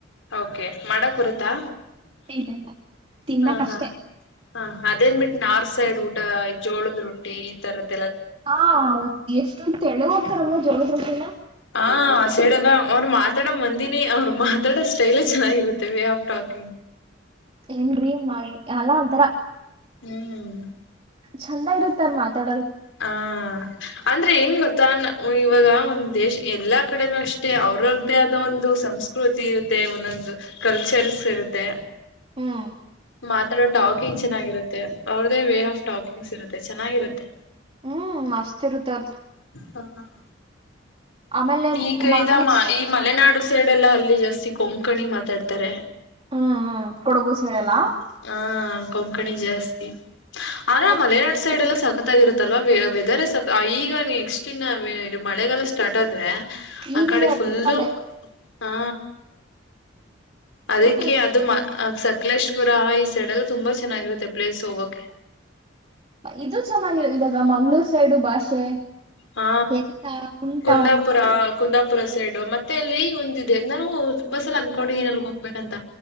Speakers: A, on the left (about 90°); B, on the right (about 30°).
A: ಓಕೆ ಮಾಡ ಹೊರುತಾ
B: ಇಲ್ಲ ಇಲ್ಲ ತಿನ್ನಕಷ್ಟೆ
A: ಹಾ ಹಾ ಹ ಅದೇನ್ ಬಿಟ್ಟು ನಾರ್ತ್ ಸೈಡ್ ಊಟ ಜೋಳದ ರೊಟ್ಟಿ ಈ ತರದ್
B: ಹಾ ಎಷ್ಟಳಗ <unintelligible> ಹೋಗ್ತಾರಲ್ಲ ಜೋಳದ ರೊಟ್ಟಿನ
A: ಹ ಸೆಡಲ್ಲ ಅವ್ರ ಮಾತಾಡ ಮಂದಿನಿ ಅವ್ರ ಮಾತಾಡ ಸ್ಟಲ ಚೆನ್ನಾಗಿರುತ್ತೇವ ಾತಿ
B: ಏನ್ ಮಾಡಿ ಅಲ್ಲ ಒಥರ
A: ಹ್ಮ್
B: ಚಂದ ಇರುತ್ತಾರ್ ಮಾತಾಡಲ್
A: ಹ ಅಂದ್ರೆ ಏನ್ ಗೊತ್ತಾ ಇವಾಗ ಒಂದು ದೇಶ ಎಲ್ಲಾ ಕಡೆಗೂ ಅಷ್ಟೇ ಅವ್ರವ್ರ್ದೇ ಆದ ಒಂದು ಸಂಸ್ಕತಿ ಇರುತ್ತೆ ಒಂದೊಂದು ಕಲ್ಚರ್ ಇರುತ್ತೆ
B: ಹ್ಮ್
A: ಮಾತಾಡೋ ಟಾಕಿಂಗ್ ಚೆನ್ನಾಗಿರುತ್ತೆ ಅವ್ರದೇ ವೇ ಆಫ್ ಟಾಕಿಂಗ್ಸ್ ಇರುತ್ತೆ ಚೆನ್ನಾಗಿರುತ್ತೆ
B: ಹ್ಮ್ ಮಸ್ತ್ ಇರುತ್ ಅವರದು
A: ಹ್ಮ <unintelligible>
B: ಆಮೇಲೆ
A: ಈಗ
B: ಮಂಗ್ಳೂಸ್
A: ಈ <unintelligible> ಮಲೆನಾಡು ಸೈಡ್ ಎಲ್ಲ ಅಲ್ಲಿ ಜಾಸ್ತಿ ಕೊಂಕಣಿ ಮಾತಾಡ್ತಾರೆ
B: ಹ್ಮ್ ಹ್ಮ್ ಕೊಡಗು ಸೈಡ್
A: ಹ್ಮ್
B: ಎಲ್ಲಾ
A: ಹಾ ಕೊಂಕಣಿ ಜಾಸ್ತಿ ಆದ್ರೆ
B: ಮತ್
A: ಮಲೆನಾಡು ಸೈಡ್ ಎಲ್ಲ ಸಾಕತ್ ಸತ್ತಾಗಿರುತ್ತಲ್ವಾ ವೆದರ ಈಗ ನೆಕ್ಸ್ಟ್ ಇನ್ನ ಇದು ಮಳೆಗಾಲ ಸ್ಟಾರ್ಟ್ ಆದ್ರೆ ಆ
B: ಈಗಿನ
A: ಕಡೆ ಫುಲ್ಲು
B: ಜೂನಲ್ಲೇ
A: ಹಾ ಅದಕ್ಕೆ
B: ಮತ್ತೆ ಇದು
A: ಅದು <unintelligible> ಆಸ ಶಾಕ್ಲೇಶ್ಪುರ ಈ ಸೈಡ್ ಎಲ್ಲ ತುಂಬಾ ಚೆನ್ನಾಗಿರುತ್ತೆ ಪ್ಲೇಸ್ ಹೋಗಕೆ
B: ಇದು ಚೆನ್ನಾಗಿ ಇವಾಗ ಮಂಗಳೂರು ಸೈಡು ಭಾಷೆ
A: ಹಾ
B: ಎಂತ ಉಂಟ
A: ಕುಂದಾಪುರ ಕುಂದಾಪು <unintelligible> ಪುರ ಸೈಡ್ ಮತ್ತೆ ಅಲ್ಲಿ ಒಂದ ಇದೆ ನಾನು ತುಂಬಾ ಸಲ ಅಂಕೊಂಡಿದ್ದೀನಿ ಅಲ್ಲಿ ಹೋಗ್ಬೇಕಂತ್ತ